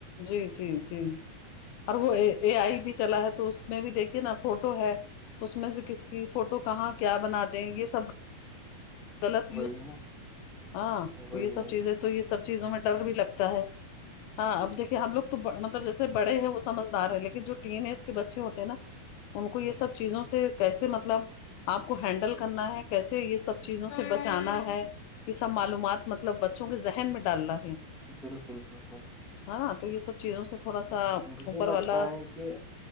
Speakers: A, on the left; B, in the centre.
A: جی جی جی اور وہ اے اے آئی بھی چلا ہے تو اس میں بھی دیکھیے نا فوٹو ہے اس میں سے کس کی فوٹو کہاں کیا بنا دیں گے سب غلط
B: وہی
A: یوز
B: نا
A: ہاں
B: وہی
A: یہ
B: وہی
A: سب چیزیں تو یہ سب چیزوں میں ڈر بھی لگتا ہے ہاں اب دیکھیے ہم لوگ تو مطلب جیسے بڑے ہیں وہ سمجھدار رہے لیکن جو تین اس کے بچے ہوتے ہیں نا ان کو یہ سب چیزوں سے کیسے مطلب آپ کو ہینڈل کرنا ہے کیسے یہ سب چیزوں سے بچانا ہے یہ سب معلومات مطلب بچوں کے ذہن میں ڈالنا ہے
B: بالکل بالکل
A: ہاں تو یہ سب چیزوں سے تھوڑا سا
B: مجھے
A: اوپر
B: لگتا
A: والا
B: ہے کہ